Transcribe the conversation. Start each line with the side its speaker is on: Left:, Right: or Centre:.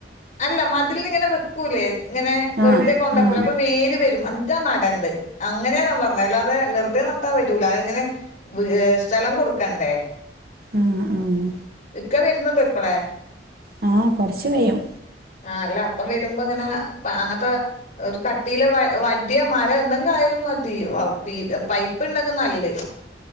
Left: അല്ല മതിലില് ഇങ്ങനെ വെക്കൂലേ ഇങ്ങനെ വെറുതെ
Right: ആഹ് ആഹ്
Left: കൊണ്ടക്കൂലേ
Right: ആഹ്
Left: അപ്പൊ വേര് വരും മറ്റ നടണ്ട് അങ്ങനെയാ ഞാപറഞ്ഞെ അല്ലാതെ വെറുതെ നട്ടാൽ വരൂല അത് ഇങ്ങനെ വ് ഏ സ്ഥലം കൊടുക്കണ്ടേ
Right: ആഹ് ആഹ്
Left: ഇക്ക വരുന്നുണ്ടോ ഇപ്പളേ
Right: ആഹ് ആഹ് കൊറച്ച് കഴിയും
Left: ആ അല്ല അപ്പം വരുമ്പ ങ്ങനെ അങ്ങൻത്തെ ഒരു കട്ടിയില് വ വടിയാ മരാ എന്തെങ്കിലും ആയാലും മതി വ പി പൈപ്പ് ണ്ടെങ്കി നല്ലത്